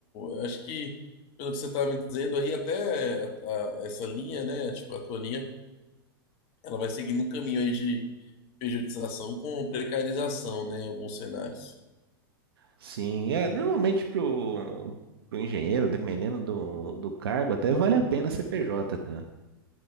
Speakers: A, on the left (about 45°); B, on the right (about 75°).
A: eu acho que, pelo que você estava me dizendo aí, até a- a- essa linha, né? Tipo, a tua linha, ela vai seguindo um caminho aí de pejotização com precarização, né? Em alguns cenários.
B: sim, é normalmente pro, pro engenheiro, dependendo do, do cargo, até vale a pena ser PJ, cara.